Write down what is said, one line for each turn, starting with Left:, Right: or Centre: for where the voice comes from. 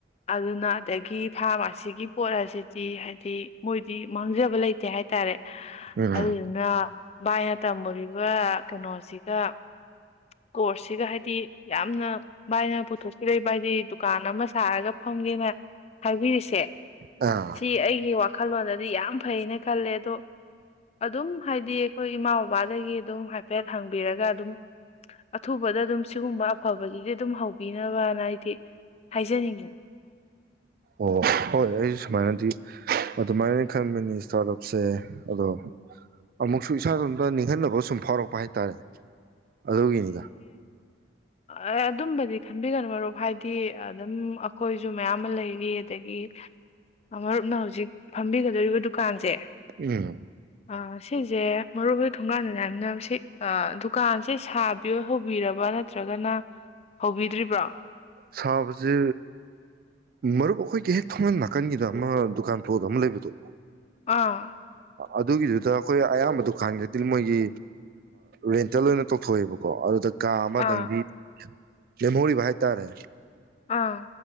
Left: ꯑꯗꯨꯅ ꯑꯗꯒꯤ ꯐꯥꯔꯃꯥꯁꯤꯒꯤ ꯄꯣꯠ ꯑꯁꯤꯗꯤ ꯍꯥꯏꯗꯤ ꯃꯣꯏꯗꯤ ꯃꯥꯡꯖꯕ ꯂꯩꯇꯦ ꯍꯥꯏꯇꯥꯔꯦ
Right: ꯎꯝ
Left: ꯑꯗꯨꯗꯨꯅ ꯚꯥꯏꯅ ꯇꯝꯃꯨꯔꯤꯕ ꯀꯩꯅꯣꯁꯤꯒ ꯀꯣꯔꯁꯁꯤꯒ ꯍꯥꯏꯗꯤ ꯌꯥꯝꯅ ꯃꯥꯏꯅ ꯄꯨꯊꯣꯛꯄꯤꯔꯛꯏ ꯕꯥ ꯍꯥꯏꯗꯤ ꯗꯨꯀꯥꯟ ꯑꯃ ꯁꯥꯔꯒ ꯐꯪꯒꯦꯅ ꯍꯥꯏꯕꯤꯔꯤꯁꯦ
Right: ꯑꯥ
Left: ꯁꯤ ꯑꯩꯒꯤ ꯋꯥꯈꯜꯂꯣꯟꯗ ꯍꯥꯏꯗꯤ ꯌꯥꯝ ꯐꯩꯅ ꯈꯜꯂꯦ ꯑꯗꯣ ꯑꯗꯨꯝ ꯍꯥꯏꯗꯤ ꯑꯩꯈꯣꯏ ꯏꯃꯥ ꯕꯕꯥꯗꯒꯤ ꯑꯗꯨꯝ ꯍꯥꯏꯐꯦꯠ ꯍꯪꯕꯤꯔꯒ ꯑꯗꯨꯝ ꯑꯊꯨ ꯑꯗꯗꯨꯡ ꯁꯤꯒꯨꯝꯕ ꯑꯐꯕꯒꯤꯗꯤ ꯑꯗꯨꯝ ꯍꯧꯕꯤꯅꯕꯅ ꯑꯩꯗꯤ ꯍꯥꯏꯖꯅꯤꯡꯉ
Right: ꯑꯣ ꯍꯣꯏ ꯑꯩꯁꯨ ꯁꯨꯃꯥꯏꯅꯗꯤ ꯑꯗꯨꯃꯥꯏꯅ ꯈꯟꯕꯅꯤ ꯏꯁꯇꯥꯔꯠ ꯑꯞꯁꯦ ꯑꯗꯣ ꯑꯃꯨꯛꯁꯨ ꯏꯁꯥ ꯑ ꯅꯤꯡꯍꯟꯅꯕ ꯁꯨꯝ ꯐꯥꯎꯔꯛꯄ ꯍꯥꯏꯇꯥꯔꯦ ꯑꯗꯨꯒꯤꯅꯤꯗ
Left: ꯑꯦ ꯑꯗꯨꯝꯕꯗꯤ ꯈꯟꯕꯤꯒꯅꯨ ꯃꯔꯨꯞ ꯍꯥꯏꯗꯤ ꯑꯗꯨꯝ ꯑꯩꯈꯣꯏꯁꯨ ꯃꯌꯥꯝ ꯑꯃ ꯂꯩꯔꯤ ꯑꯗꯒꯤ ꯃꯔꯨꯞꯅ ꯍꯧꯖꯤꯛ ꯐꯝꯕꯤꯒꯗꯧꯔꯤꯕ ꯗꯨꯀꯥꯟꯁꯦ
Right: ꯎꯝ
Left: ꯑ ꯁꯤꯁꯦ ꯃꯔꯨꯞꯍꯣꯏ ꯊꯣꯡꯒꯥꯟꯗꯅꯅꯦ ꯁꯤ ꯗꯨꯀꯥꯟꯁꯦ ꯁꯥꯥꯕꯤꯌꯣ ꯍꯧꯕꯤꯔꯕ ꯅꯠꯇ꯭ꯔꯒꯅ ꯍꯧꯕꯤꯗ꯭ꯔꯤꯕ꯭ꯔꯣ
Right: ꯁꯥꯕꯁꯦ ꯃꯔꯨꯞ ꯑꯩꯈꯣꯏꯒꯤ ꯍꯦꯛ ꯊꯧꯅ ꯅꯥꯀꯟꯒꯤꯗ ꯑꯃ ꯗꯨꯀꯥꯟ ꯄ꯭ꯂꯣꯠ ꯑꯃ ꯂꯩꯕꯗꯣ
Left: ꯑꯥ
Right: ꯑꯗꯨꯒꯤꯗꯨꯗ ꯑꯩꯈꯣꯏ ꯑꯌꯥꯝꯕ ꯗꯨꯀꯥꯟꯒꯤꯗꯗꯤ ꯃꯣꯏꯒꯤ ꯔꯦꯟꯇꯦꯜ ꯑꯣꯏꯅ ꯇꯧꯊꯣꯛꯑꯦꯕꯀꯣ ꯑꯗꯨꯗ ꯀꯥ ꯑꯃꯗꯪꯗꯤ
Left: ꯑꯥ
Right: ꯂꯦꯝꯍꯧꯔꯤꯕ ꯍꯥꯏꯇꯥꯔꯦ
Left: ꯑꯥ